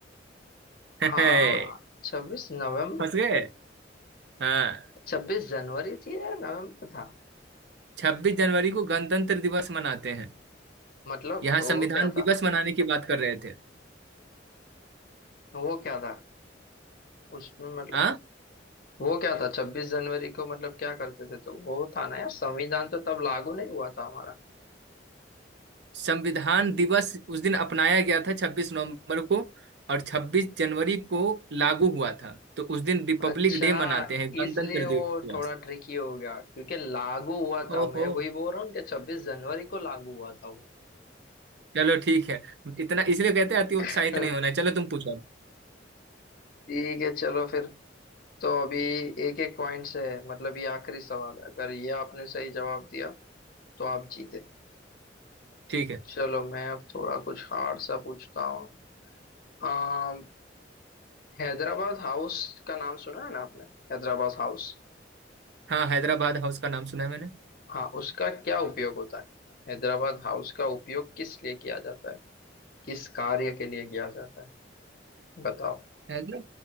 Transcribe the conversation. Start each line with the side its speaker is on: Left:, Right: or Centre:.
Right: <laughs>
Left: हाँ
Right: फंस
Left: छब्बीस नवंबर
Right: गए हाँ
Left: छब्बीस जनवरी थी या नवंबर था
Right: 26 जनवरी को गणतंत्र दिवस मनाते हैं
Left: मतलब
Right: यहाँ
Left: वो
Right: संविधान
Left: क्या
Right: दिवस
Left: था
Right: मनाने की बात कर रहे थे
Left: वो क्या था उसमें मतलब
Right: हाँ
Left: वो क्या था छब्बीस जनवरी को मतलब क्या करते थे तो वो था ना यार संविधान तो तब लागू नहीं हुआ था हमारा
Right: संविधान दिवस उस दिन अपनाया गया था 26 नवंबर को और 26 जनवरी को लागू हुआ था तो उस दिन रिपब्लिक
Left: अच्छा
Right: डे मनाते हैं गणतंत्र
Left: इसलिए वो
Right: दिवस
Left: थोड़ा ट्रिकी हो गया क्योंकि लागू हुआ था
Right: ओहो
Left: मैं वही बोल रहा हूँ कि छब्बीस जनवरी को लागू हुआ था वो
Right: चलो ठीक है इतना इसलिए कहते हैं अति उत्साहित
Left: <laughs>
Right: नहीं होना है। चलो तुम पूछो अब
Left: ठीक है चलो फिर तो अभी एक एक पॉइंट से है मतलब ये आखिरी सवाल है अगर ये आपने सही जवाब दिया तो आप जीते
Right: ठीक है
Left: चलो मैं अब थोड़ा कुछ हार्ड सा पूछता हूँ अम, हैदराबाद हाउस का नाम सुना है ना आपने हैदराबाद हाउस
Right: हाँ हैदराबाद हाउस का नाम सुना है मैंने
Left: हाँ उसका क्या उपयोग होता है हैदराबाद हाउस का उपयोग किस लिए किया जाता है किस कार्य के लिए किया जाता है बताओ
Right: हैदरा